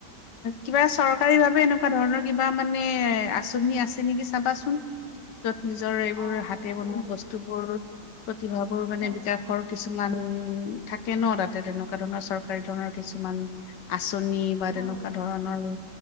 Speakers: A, on the left (about 80°); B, on the left (about 45°).
A: কিবা চৰকাৰী ভাৱে এনেকুৱা ধৰণৰ কিবা মানে আঁচনি আছে নেকি চাবাচোন। য'ত নিজৰ এইবোৰ
B: অ
A: হাতে
B: চাব
A: বনোৱা
B: লাগিব
A: বস্তুবোৰ প্ৰতিভাবোৰ মানে
B: হয়
A: বিকাশৰ কিছু কিছুমান থাকে ন তাতে তেনেকুৱা ধৰণৰ চৰকাৰী ধৰণৰ কিছুমান আছ চনী বা
B: হয়
A: তেনেকুৱা ধৰণৰ আৰু